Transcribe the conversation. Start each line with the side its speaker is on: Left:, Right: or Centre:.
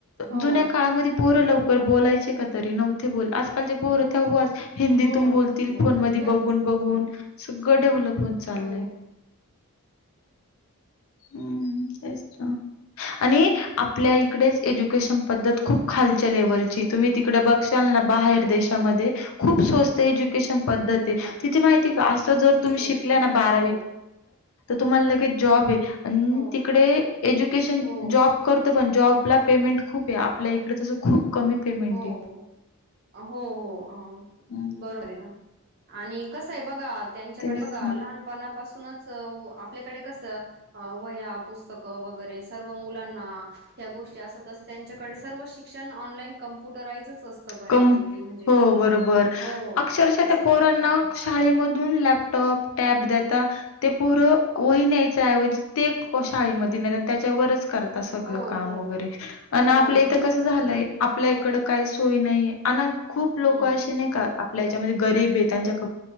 Right: हो,
Left: जुन्या काळामध्ये पोरं लवकर बोलायचे तरी न्ह बोल आजकालचे पोर ते ह हिंदीतून
Right: हो.
Left: बोलतील
Right: नक्की बोलत.
Left: फोन म
Right: लगेच
Left: बघून बघून
Right: होतं.
Left: सगळं ढवलपून चाललंय
Right: हो, हो.
Left: हम् तेच तो आणि आपल्या इकडेच एज्युकेशन
Right: हो,
Left: पद्धत खूप खालच्या लेवलची तुम्ही त बाहे दे खत प
Right: हो.
Left: त मा तम्
Right: एज्युकेशन.
Left: श बार्
Right: हो,
Left: तु ले जब
Right: हो,
Left: तिकडे एज्युकेशन
Right: हो,
Left: जॉ करत पण जब आपला पेमेंट खूप आहे आपल्या इकडे तसं खूप कमी पेमेंट
Right: हो,
Left: आहे
Right: हो हो
Left: हं,
Right: बरोबर
Left: हं.
Right: आहे ना आणि कसं आहे बघा त्यांच्याकडे
Left: तेच
Right: बघा
Left: ना.
Right: लहानपणा पासूनच आपल्याकडे कसं वया पुस्तकं वगैरे सर्व मुलांना ह गोष्टी असतं त्यांच्याकडे सर्व शिक्षण ऑनलाइन कम्प्युटराजच असतं बऱ्यापैकी
Left: कम
Right: म्हणजे
Left: हो बरोबर
Right: हो
Left: अक्षरशः
Right: असं
Left: त्या पोरांना शाळेमधून लॅपटॉप टॅब दता ते पूरं वही न्यायचऐवजी ते शाळेमध्ये न त्याच्यावरच स
Right: हो
Left: काम
Right: हो
Left: वरे
Right: हो
Left: आप इथ
Right: हो
Left: कस झालंय आपल्या इड का होय नाही अ खूप लोक
Right: हम्म
Left: असे नाही का आपल्या याच्यामध्ये गरीब आहे त्यांच्या ख